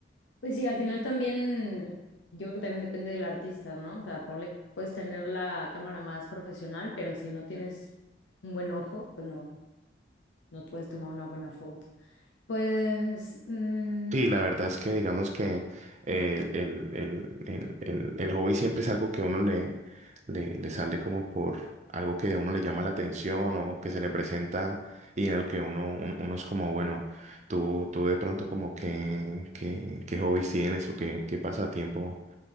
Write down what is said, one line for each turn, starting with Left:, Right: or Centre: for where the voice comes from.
Left: Pues sí, al final también, yo creo que también depende del artista, ¿no? O sea, ponle, puedes tener la cámara más profesional, pero si no tienes un buen ojo, pues no, no puedes tomar una buena foto. Pues, mm,
Right: Sí, la verdad es que digamos que eh, el, el, el, el, el hobby siempre es algo que uno le, le, le sale como por algo que a uno le llama la atención o que se le presenta y en el que uno, un- uno es como, bueno, tú, tú de pronto como que, que qué hobbies tienes o qué, qué pasatiempo